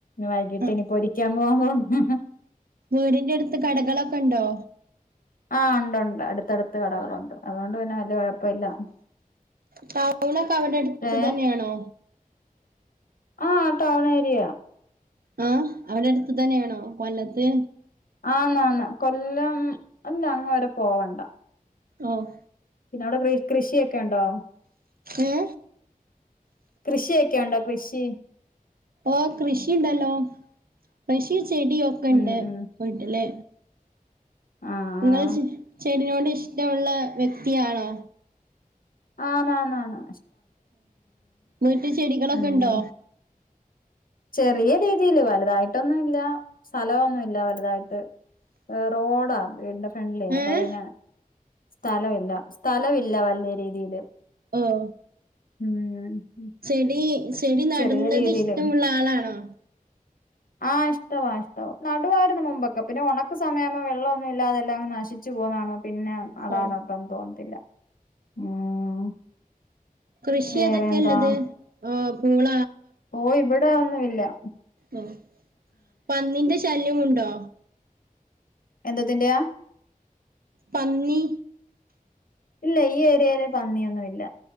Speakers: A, on the left (about 70°); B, on the right (about 85°).
A: വൈകിട്ട്
B: ആഹ്
A: ഇനിപ്പൊരിക്കാൻ പോവാൻ പോവുന്നു.
B: വീടിന്റെടുത്ത് കടകളൊക്കണ്ടോ.
A: ആഹ് ഒണ്ടൊണ്ട് അടുത്തടുത്ത് കടകളുണ്ട്. അതുകൊണ്ട് പിന്നെ വല്ല്യെ കൊഴപ്പൊല്ലാ.
B: ടൗണൊക്കെ അവിടെ അട്ത്ത്
A: ഏഹ്
B: തന്നെ ആണോ.
A: ആഹ് ടൗണേര്യ.
B: ആഹ് അവിടെ അടുത്ത് തന്നേണോ കൊല്ലത്ത്.
A: ആന്നാന്ന് കൊല്ലം അല്ല അങ്ങ് വരെ പോവണ്ട.
B: ഓഹ്
A: പിന്നെ അവിടെ കൃഷിയൊക്കെ ഇണ്ടോ.
B: ഏഹ്.
A: കൃഷിയൊക്കെ ഉണ്ടോ കൃഷി.
B: ആഹ് കൃഷി ഇണ്ടല്ലോ കൃഷി ചെടി ഒക്കെണ്ട്‌
A: ഉം ഉം
B: വീട്ടില്.
A: ആഹ്
B: ഇങ്ങൾ ചെ ചെടിനോട് ഇഷ്ടവുള്ള വെക്തിയാണോ.
A: ആണാണാണ്.
B: വീട്ടി ചെടികളൊക്കെ
A: ഉം
B: ഇണ്ടോ.
A: ചെറിയ രീതീല്. വലുതായിട്ടൊന്നുല്ലാ സ്ഥലവൊന്നൂല്ലാ വലുതായിട്ട്. ഹ് റോഡാ വീടിന്റെ ഫ്രണ്ടിലെ അപ്പൊ
B: ഏഹ്
A: പിന്നെ. സ്ഥലവില്ല സ്ഥലവില്ലാ വല്ല്യേരീതീല്.
B: അയ്യൊ.
A: ഉം.
B: ചെടി ചെടി നടുന്നത്
A: ചെറിയ രീതിയില്
B: ഇഷ്ടുള്ള ആളാണോ.
A: ആഹ് ഇഷ്ടവാ ഇഷ്ടവാ നടുവാരന്ന് മുമ്പൊക്കെ. പിന്നെ ഒണക്ക് സമയാവുമ്പൊ വെള്ളം ഒന്നുല്ലാതെ എല്ലാ അങ്ങ് നാശി ച്ച് പോണാണും. പിന്നെ നടാനോട്ടൊന്നും
B: ഓഹ്
A: തോന്നത്തില്ല ഉം.
B: കൃഷി
A: വേറെന്താ
B: ഏതൊക്കെ ഇല്ലത് ഹ് പൂള.
A: പോയി. ഇബടെ അഹൊന്നും ഇല്ലാ.
B: ഓഹ് പന്നിന്റെ ശല്യമുണ്ടോ.
A: എന്തത്തിന്റെ.
B: പന്നി.
A: ഇല്ല ഈ ഏര്യേല് പന്നിയൊന്നും ഇല്ല.